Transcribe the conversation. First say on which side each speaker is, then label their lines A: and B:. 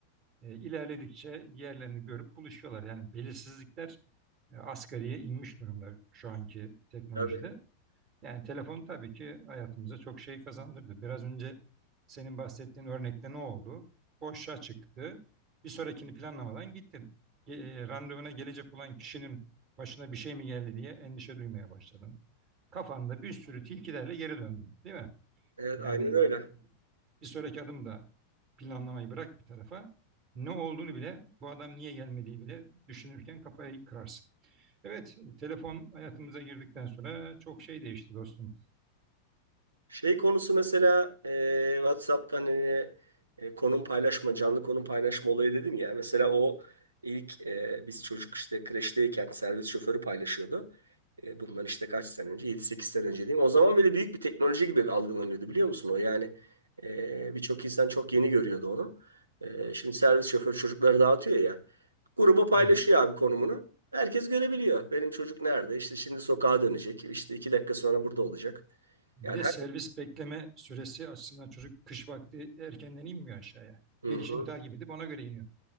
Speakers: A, on the right; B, on the right.
A: E, ilerledikçe yerlerini görüp buluşuyorlar. Yani belirsizlikler e, asgariye inmiş durumda şu anki teknolojide.
B: abi.
A: Yani telefon tabii ki hayatımıza çok şey kazandırdı. Biraz önce senin bahsettiğin örnekte ne oldu? Boşa çıktı. Bir sonrakini planlamadan gittin. Ge- e, randevuna gelecek olan kişinin başına bir şey mi geldi diye endişe duymaya başladın. Kafanda bir sürü tilkilerle geri döndün, değil mi?
B: Evet
A: Yani
B: aynen öyle.
A: bir sonraki adım da planlamayı bırak bir tarafa. Ne olduğunu bile, bu adam niye gelmediği bile düşünürken kafayı kırarsın. Evet, telefon hayatımıza girdikten sonra çok şey değişti dostum.
B: Şey konusu mesela e, WhatsApp'tan hani, e, konum paylaşma, canlı konum paylaşma olayı dedim ya. Mesela o ilk e, biz çocuk işte kreşteyken servis şoförü paylaşıyordu. E, bundan işte kaç sene önce? yedi sekiz sene önce diyeyim. O zaman bile büyük bir teknoloji gibi algılanıyordu biliyor musun o? Yani e, birçok insan çok yeni görüyordu onu. E, şimdi servis şoförü çocukları dağıtıyor ya. Gruba paylaşıyor
A: Evet.
B: abi konumunu. Herkes görebiliyor. Benim çocuk nerede? İşte şimdi sokağa dönecek. İşte iki dakika sonra burada olacak.
A: Bir
B: Yani
A: de servis bekleme süresi açısından çocuk kış vakti erkenden inmiyor aşağıya.
B: Hı
A: Gelişini
B: hı.
A: takip edip ona göre iniyor.